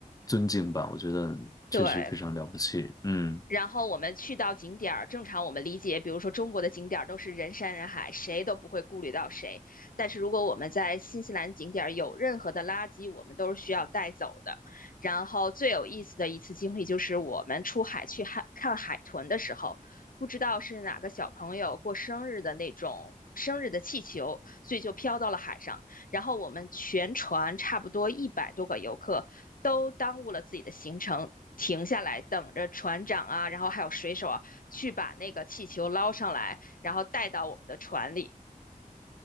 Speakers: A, on the left; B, on the left.
A: 尊敬吧，我觉得确实非常了不起。
B: 对，
A: 嗯
B: 然后我们去到景点儿，正常我们理解，比如说中国的景点儿都是人山人海，谁都不会顾虑到谁。但是如果我们在新西兰景点儿有任何的垃圾，我们都是需要带走的。然后最有意思的一次经历就是我们出海去海看海豚的时候，不知道是哪个小朋友过生日的那种生日的气球，所以就飘到了海上。然后我们全船差不多一百多个游客都耽误了自己的行程，停下来等着船长啊，然后还有水手啊，去把那个气球捞上来，然后带到我们的船里。